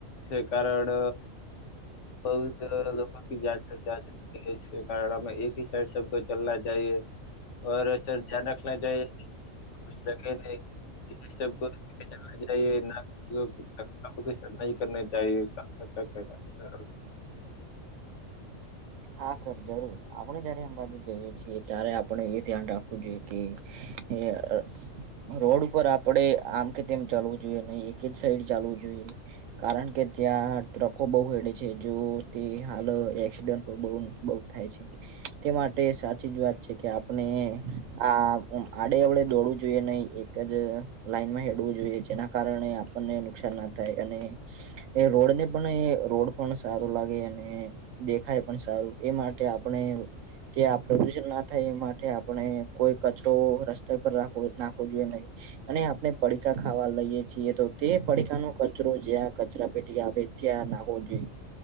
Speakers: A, on the left; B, on the right.
A: સરકાળ બહુત લોકો કા જાચ પડતાલ કારડામાં એક હી સાઈડ સબકો ચલના ચાહિએ ઔર સર ધ્યાન રાખના ચાહિએ. <unintelligible> ચાહિએ ના કો સફાઈ કરના ચાહિએ <unintelligible>
B: હા સર જરૂર આપણે જયારે અંબાજી જઈએ છીએ ત્યારે આપણે એ ધ્યાન રાખવું જોઈએ કે એ અ રોડ ઉપર આપડે આમ કે તેમ ચાલવું જોઈએ નહીં એક જ સાઈડ ચાલવું જોઈએ. કારણ કે ત્યાં ટ્રકો બહુ હેડે છે જો તે હાલ એક્સિડન્ટ બઉ બઉ થાય છે તે માટે સાચી જ વાત છે કે આપણે આ આડે અવડે દોડવું જોઈએ નહીં એક જ લાઈનમાં ડવુ જોઈ જેના કારણે આપણને નુકસાન ના થાય અને એ રોડને પણ એ રોડ પણ સારો લાગે અને ખાય પણ સારું એ માટે આપણે ત્યાં પ્રદુષણ ના થાય એ માટે આપણે કોઈ કચરો રસ્તા પર રાખવો નાખ ખવુ જોઈએ નહીં અને આપણે પડીકા ખાવા લઈએ. છીએ તો તે પડીકનો કચરો જ્યાં કચરા પેટી આવે ત્યાં નાખવો જોઈએ